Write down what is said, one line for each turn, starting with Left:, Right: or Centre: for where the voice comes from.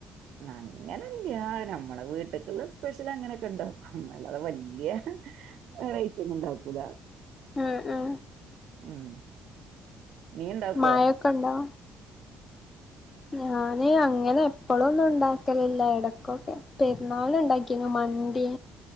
Right: അങ്ങനെല്യ നമ്മെ വീട്ട്ക്ക്ള്ള സ്പെഷ്യല് അങ്ങനൊക്കെ ഇണ്ടാക്കും അല്ലതെ വല ല്യ വെറൈറ്റൊന്നു ഇണ്ടാക്കൂല
Left: ആ ആ
Right: ഉം നീ ഇണ്ടാക്കുവോ?
Left: മാഴക്കെ ഇണ്ടോ ഞാനീ അങ്ങനെ എപ്പളൊന്നും ഇണ്ടാക്കലില്ല എടക്കൊക്കെ പെരുന്നാൾന് ഇണ്ടാക്കീനു മന്തി